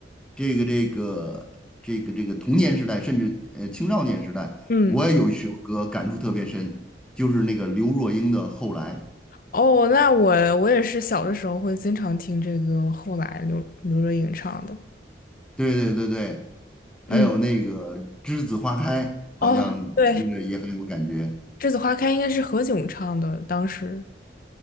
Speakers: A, in the centre; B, on the left (about 50°).
A: 这个这个这个这个童年时代，甚至呃青少年时代，
B: 嗯
A: 我也有一首歌感触特别深，就是那个刘若英的《后来》。
B: 哦，那我我也是小的时候会经常听这个，后来刘刘若英唱的，
A: 对对对对，还有那个
B: 嗯
A: 《栀子花开》，好像听着也很有感觉
B: 哦对，《栀子花开》应该是何炅唱的，当时。